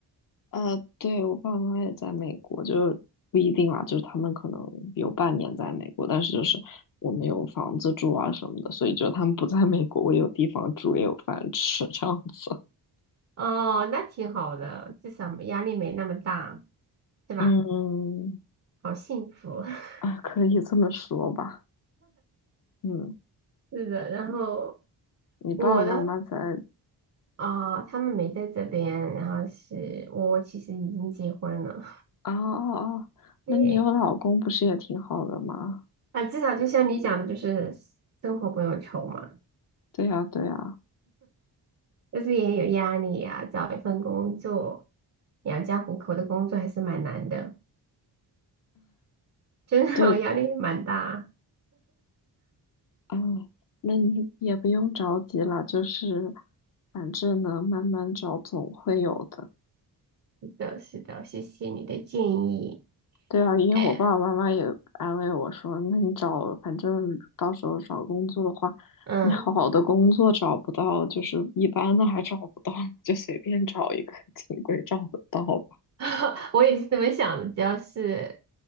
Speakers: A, on the left; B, on the right.
A: 呃，对，我爸妈也在美国，就是不一定啦，就是他们可能有半年在美国，但是就是我们有房子住啊什么的，所以就他们不在美国，我有地方住，也有饭吃这样子。
B: 哦，那挺好的，至少没压力没那么大，是吧？
A: 嗯，
B: 好幸福。<laughs>
A: <laughs> 啊，可以这么说吧。嗯，
B: 是的，然后
A: 你爸爸妈妈在
B: 我的啊、他们没在这边，然后是我其实已经结婚了，
A: 啊啊啊，那你有老公不是也挺好的吗？
B: <laughs> 对。啊，至少就像你讲的，就是生活不用愁嘛，
A: 对呀，对呀，
B: 但是也有压力呀、找一份工作养家糊口的工作还是蛮难的，真的，
A: 对，
B: 我压力蛮大。
A: 哎，那你也不用着急了，就是反正呢，慢慢找总会有的。
B: 是的，是的，谢谢你的建议。
A: 对啊，因为我爸爸妈妈也安慰我说，
B: 哎，
A: 那你找，反正到时候找工作的话，
B: 嗯，
A: 你好的工作找不到，就是一般的还找不到，就随便找一个，总归找得到吧。
B: <laughs> 我也是这么想的，只要是，